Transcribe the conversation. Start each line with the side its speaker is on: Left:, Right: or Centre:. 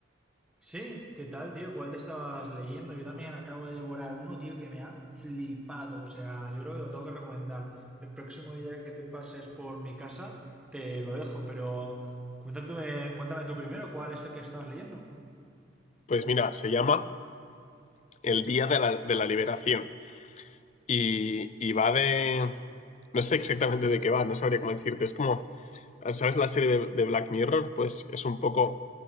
Centre: Sí, ¿qué tal, tío? ¿Cuál te estabas leyendo? Yo también acabo de devorar uno, tío, que me ha flipado. O sea, yo creo que lo tengo que recomendar. El próximo día que te pases por mi casa, te lo dejo, pero cuéntame, cuéntame tú primero cuál es el que estabas leyendo.
Left: Pues mira, se llama El Día de la, de la Liberación y, y va de... No sé exactamente de qué va, no sabría cómo decirte. Es como, ¿sabes la serie de, de Black Mirror? Pues es un poco